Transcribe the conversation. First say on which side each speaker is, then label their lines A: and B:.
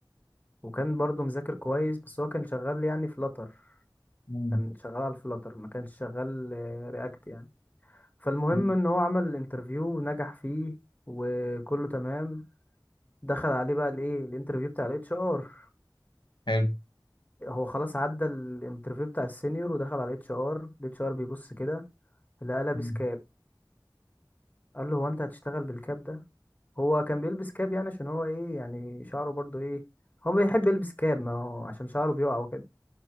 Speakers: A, on the left; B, on the left.
A: وكان برضو مذاكر كويس بس هو كان شغال يعني فلاتر
B: مم.
A: كان شغال على الفلاتر ما كانش شغال آه، رياكت يعني فالمهم
B: مم.
A: ان هو عمل الانترفيو ونجح فيه وكله تمام دخل عليه بقى الايه الانترفيو بتاع الاتش ار
B: حلو
A: هو خلاص عدى الانترفيو بتاع السينيور ودخل على الاتش ار الاتش ار بيبص كده لقى لابس
B: مم.
A: كاب، قال له هو انت هتشتغل بالكاب ده هو كان بيلبس كاب يعني عشان هو ايه يعني شعره برضو ايه هو بيحب يلبس كاب ما هو عشان شعره بيقع وكده